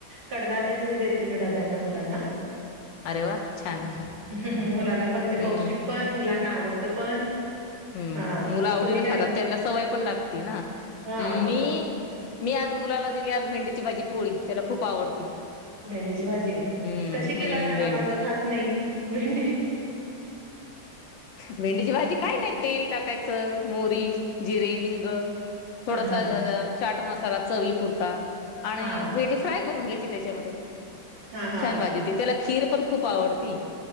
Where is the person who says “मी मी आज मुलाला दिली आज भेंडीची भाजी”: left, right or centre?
Left